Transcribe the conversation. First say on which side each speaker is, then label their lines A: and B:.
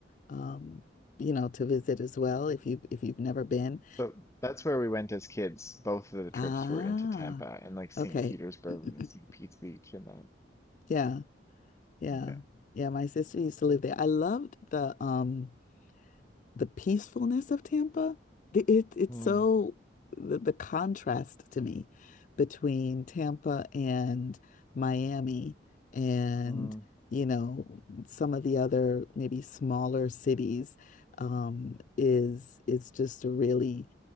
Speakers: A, on the left; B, on the left.
A: um, you know, to visit as well if you if you've never been.
B: So that's where we went as kids. Both of the trips
A: Ah,
B: were into Tampa and like St.
A: okay.
B: Petersburg
A: <clears throat>
B: and St. Pete's Beach and that.
A: Yeah. Yeah.
B: Yeah.
A: Yeah, my sister used to live there. I loved the um the peacefulness of Tampa. It, it- it's
B: Mm,
A: so the, the contrast to me between Tampa and Miami and
B: mm,
A: you know some of the other maybe smaller cities um, is is just a really